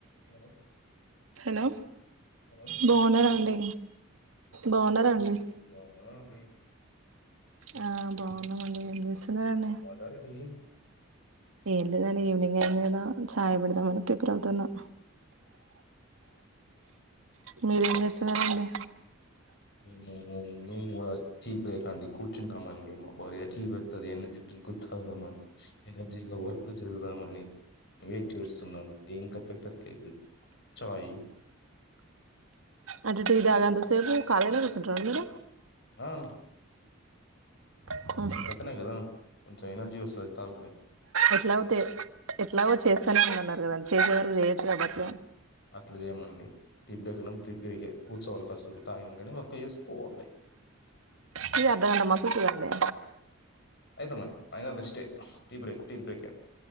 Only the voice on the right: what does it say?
hello
బాగున్నారా అండి బాగున్నారా
అండి
ఆ బాగున్నమండి ఎంజెసున్నరండి
ఏం లేదని ఈవనింగ్ అయింది కదా చాయ్ పెడ్దామని ప్రిపేర్ అవుతున్నా మీరేంజేస్తున్నారండి
అంటే టీ దాగేంత సేపు కాలిగనె కూర్చుంటార మీరు
మీరు
ఎట్లాగో తే ఎట్లాగో చేస్తానే ఉన్నన్నారు కదండి చేసేవరకు చేయొచ్చు కాబటి
టీ అర్ధాకంటా మసూల్తదండి